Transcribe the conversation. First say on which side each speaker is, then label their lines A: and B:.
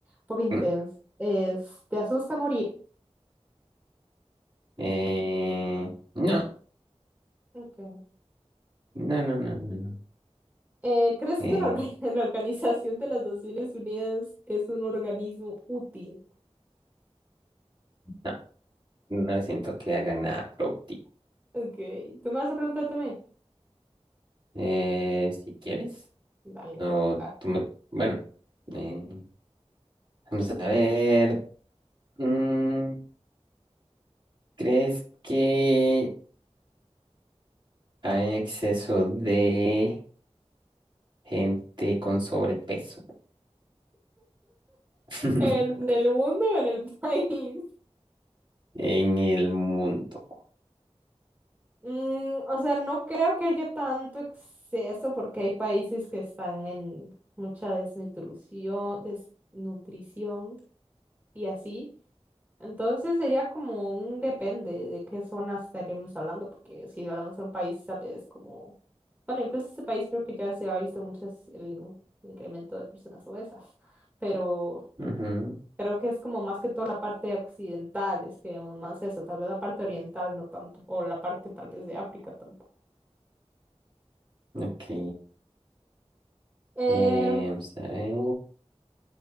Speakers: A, on the right; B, on the right.
A: poco
B: <clears throat>
A: intenso. Es, ¿te asusta morir?
B: <laughs> Eh, no,
A: Ok.
B: no, no, no, no, no.
A: Eh, ¿crees
B: Eh,
A: que la, orga- <laughs> la Organización de las Naciones Unidas es un organismo útil?
B: no, no siento que hagan nada productivo.
A: Ok. ¿Tú me vas a preguntar también?
B: Eh, si quieres,
A: Dale,
B: no,
A: pregunta.
B: tú me- bueno, eh, vamos a ver. Mm, ¿crees que hay exceso de gente con sobrepeso? <laughs>
A: ¿En el mundo o en el <laughs> país?
B: En el mundo.
A: Mm, o sea, no creo que haya tanto exceso porque hay países que están en mucha desnutrición, desnutrición. y así. Entonces sería como un depende de qué zona estaríamos hablando, porque si hablamos de un país, tal vez como, bueno, incluso este país creo que ya se ha visto muchas el in- incremento de personas obesas, <laughs> pero
B: Ujú,
A: creo que es como más que todo la parte occidental, es que vemos más eso, tal vez la parte oriental no tanto, o la parte tal vez de África tampoco.
B: Ok.
A: Em,
B: Eh, vamos a ver.